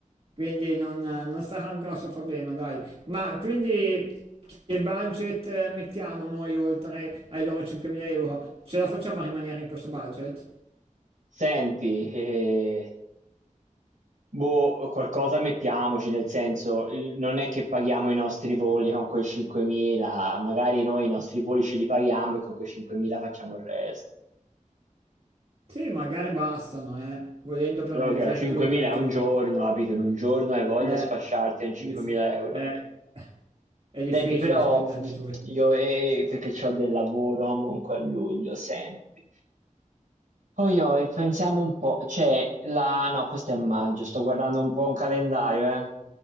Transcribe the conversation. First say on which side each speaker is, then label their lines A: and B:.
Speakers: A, on the right (about 45°); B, on the right (about 80°).
A: quindi non- non sarà un grosso problema, dai. Ma quindi che budget eh, mettiamo noi oltre ai loro 5.000 euro? Ce la facciamo a rimanere in questo budget?
B: Senti, eh, Boh, qualcosa mettiamoci, nel senso, il- non è che paghiamo i nostri voli con quei 5.000, magari noi i nostri voli ce li paghiamo e con quei 5.000 facciamo il resto.
A: Sì, magari bastano, eh, volendo per,
B: Io che
A: per
B: ho 5.000
A: includere
B: è
A: tutti.
B: un giorno, capito? In un giorno hai voglia
A: Eh,
B: di sfasciarti con 5.000
A: dif-
B: euro.
A: eh, è difficile
B: Senti, però
A: spenderli tutti.
B: io, eh, perché ho del lavoro comunque a luglio, senti. Oi, oi, pensiamo un po', cioè, la... no, questo è maggio, sto guardando un po' un calendario, eh.